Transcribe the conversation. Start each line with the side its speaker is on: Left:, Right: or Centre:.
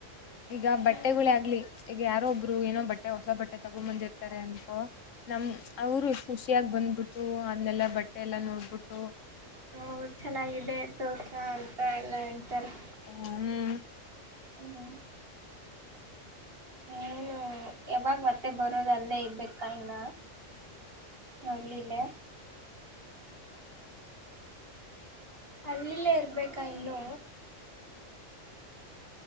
Left: ಈಗ ಬಟ್ಟೆಗಳಿ
Right: ಹ್ಮ್
Left: ಆಗ್ಲಿ ಈಗ ಯಾರೋ ಒಬ್ರು ಏನೋ ಬಟ್ಟೆ ಹೊಸ ಬಟ್ಟೆ ತಗೊ ಬಂದಿರ್ತಾರೆ ಅನ್ಕೋ ನಮ್ಮ ಅವರು ಖುಷಿಯಾಗಿ ಬಂದ್ಬಿಟ್ಟು ಅದನ್ನೆಲ್ಲ ಬಟ್ಟೆ ಎಲ್ಲ ನೋಡ್ಬಿಟ್ಟು
Right: ಹ ಚೆನ್ನಾಗಿದೆ ತುಕ ಅಂತ ಎಲ್ಲ ಹಂತಾರೆ
Left: ಹ್ಮ್
Right: ಹ್ಮ ಏನು ಯಾವಾಗ ಮತ್ತೆ ಬರೋದ ಅಲ್ಲದೇ ಇದಬೇಕಾ ಇನ್ನ ಅಲ್ಲಿಲ್ಲ ಹಳ್ಳಿಲ್ಲೇ ಇರ್ಬೇಕಾ ಇನ್ನುೂ